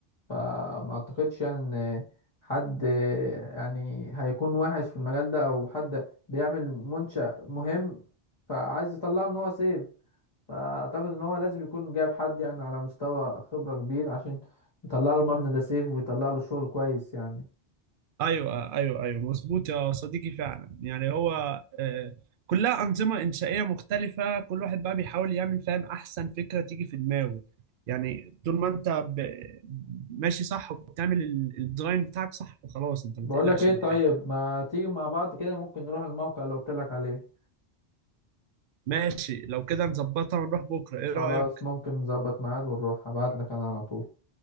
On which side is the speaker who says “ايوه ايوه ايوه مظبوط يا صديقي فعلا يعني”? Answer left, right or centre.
Right